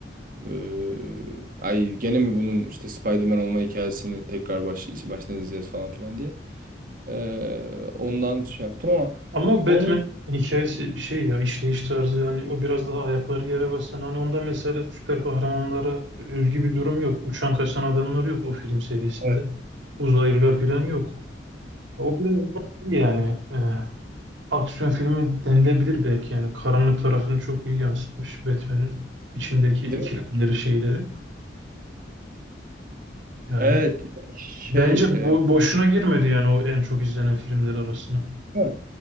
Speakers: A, on the right; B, on the right.
A: Ee, ay gene mi bunun işte Spider-Man olma hikayesini tekrar baş, baştan izleyeceğiz falan filan diye. Ee, ondan şey yaptım ama
B: Ama
A: onun
B: Batman hikayesi şey ya işleyiş tarzı yani o biraz daha ayakları yere basan hani onda mesela süper kahramanlara özgü bir durum yok. Uçan kaçan adamlar yok o film serisinde.
A: Evet.
B: Uzaylılar falan yok. O biraz iyi yani e, aksiyon filmi denilebilir belki yani karanlık tarafını çok iyi yansıtmış Batman'in içindeki ikilemleri
A: değil mi?
B: şeyleri. Yani
A: Evet şey
B: bence
A: e,
B: bu boşuna girmedi yani o en çok izlenen filmler arasına.
A: hı,